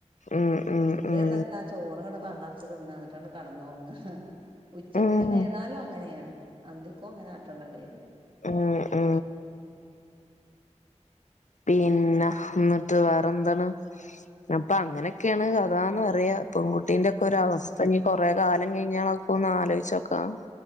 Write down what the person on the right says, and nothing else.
ഇത്
തത്താ ചോറ്ങ്ങട് പള്ള നിറച്ച് തിന്നാ എന്നിട്ടണ്ട് കടന്നുറങ്ങ ഉച്ചക്ക്
പിനേ യേതാലും അങ്ങനെയാണ് അന്തിക്കും അങ്ങനെ കാട്ടണ്ടെല്ലോ കരുതി ഞാൻ